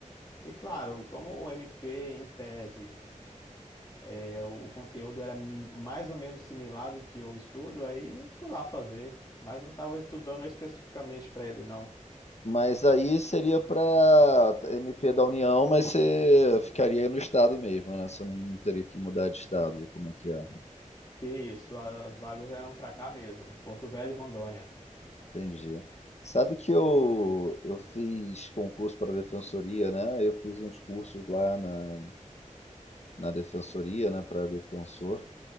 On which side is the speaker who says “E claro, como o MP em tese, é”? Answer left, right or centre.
Left